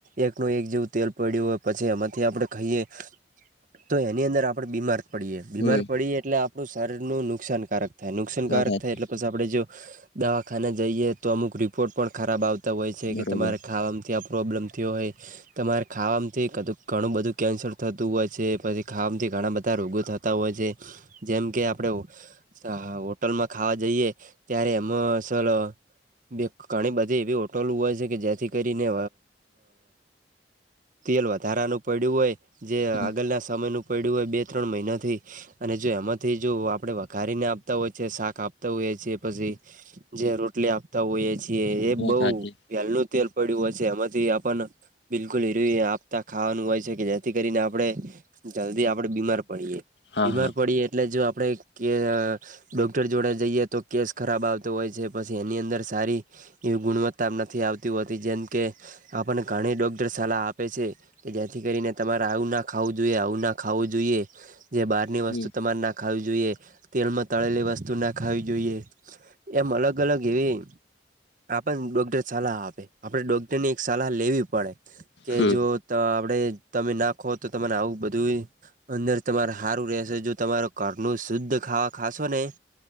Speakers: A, on the right; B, on the left.
A: એક ન એક જેવું તેલ પડ્યું હોય પછી એમાંથી આપડણે ખાઈએ તો એની અંદર આપણે બીમાર. પડિયે બીમાર
B: હમ
A: પડીએ એટલે આપણું શરીર નું નુકસાનકારક થાય નુકસાનકારક
B: વાત સાચી
A: થાય બસ આપણે જો દવાખાને જઈએ તો અમુક રિપોર્ટ પણ ખરાબ આવતા. હોય છે
B: બરોબર
A: કે તમારે ખાવા મા ત્યાં પ્રોબ્લેમ થયો હોય તમારે ખાવાવામાંથી ક ઘણું બધું કેન્સર થ. હોય છે પછી ખામથી ઘણા બધા રોગો થતા હોય છે જેમ કે આપણે. અ હોટલમાં ખાવા જઈએ ત્યારે એમાં સલો. બે ઘણી બધી એવી હોટલ હોય છે કે જેથી કરીને. તેલ વધારાનું પડ્યું હોય જે આગળના
B: હમ
A: સમયનું પડ્યું હોય બે ત્રણ મહિનાથી. અને જો એમાંથી જો આપણેે વઘારીને આપતા હોય છે શાક આપતા હોઈએ છે પછી. જે રોટલી આપતા હોઈએ છીએ એ
B: વાત
A: બહ.
B: સાચી
A: ક્યાર નૂ તેલ પડ્યું હોય છે એમાંથી આપણ બિલકુલ હર આપતા ખાવાનું હોય છે કે. જેથી કરીને આપડણે જલ્દી આપડે બીમાર પડીએ
B: હા
A: બીમાર
B: હા
A: પડીએ. એટલે જો આપણે ક. ડોક્ટર જોડે જઈએ તો કેસ ખરાબ આવતો હોય છે પછી એની અંદર સારી. એવી ગુણવત્તા નથી આવતી હોતી જેમ કે. આપણને ઘણી ડોક્ટર સલાહ આપે છે કે જેથી કરીને. તમારે આવું ના ખાવું જોઈએ આવું ના ખાવું જોઈએ જે બહારની
B: હમ
A: વસ્તુ તમારે ના. ખાવી જોઈએ તેલમાં તળેલી વસ્તુ ના ખાવી જોઈએ. એમ અલગ અલગ એવી. આપણ ડોક્ટર સલાહ આપે આપડે ડોક્ટર ની એક સલાહ લેવી પડે. કે
B: હમ
A: જો આપડે તમે નાખો તો તને આવું બધું. અંદર તમાર સારું રહેશે જો તમારો કરલું શુદ્ધ ખાવા ખાશો ને.